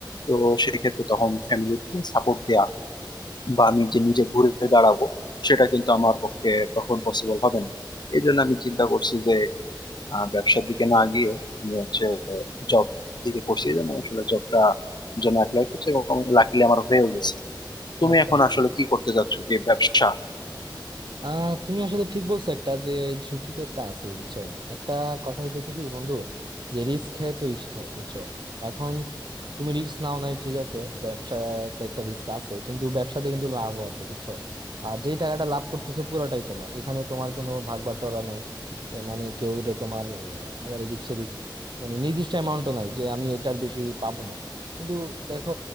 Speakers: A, on the left; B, on the right.
A: তো সেক্ষেত্রে তখন ফ্যামিলিকে সাপোর্ট দেয়া বা আমি যে নিজে ঘুরে দাঁড়াবো সেটা কিন্তু আমার পক্ষে তখন পসিবল হবে না এই জন্য আমি চিন্তা করছি যে আহ, ব্যবসার দিকে না গিয়ে আমি হচ্ছে জব দিকে করছি এই জন্য আসলে জবটা জন্য অ্যাপ্লাই করছি এবং লাকিলি আমার হয়েও গেছে তুমি
B: আচ্ছা
A: এখন
B: আচ্ছা
A: আসলে কি করতে যাচ্ছ কি ব্যবসা
B: আহ তুমি আসলে ঠিক বলছো একটা যে ঝুঁকি তো একটা আছে বুঝছো একটা কথা হইতেছে কি বন্ধু যে রিস্ক হ্যায় তো ইশক হ্যায় বুঝছো এখন তুমি রিস্ক নাও নাই ঠিক আছে ব্যবসাতে একটা রিস্ক আছে কিন্তু ব্যবসাতে কিন্তু লাভও আছে বুঝছো আর যে টাকাটা লাভ করতেছো পুরোটাই তোমার এখানে তোমার কোনো ভাগ বাটোয়ারা নাই এ মানে কেউ রে তোমার আহ, আবার এদিক সেদিক মানে নির্দিষ্ট অ্যামাউন্টও নাই যে আমি এটার বেশি পাবো না কিন্তু দেখো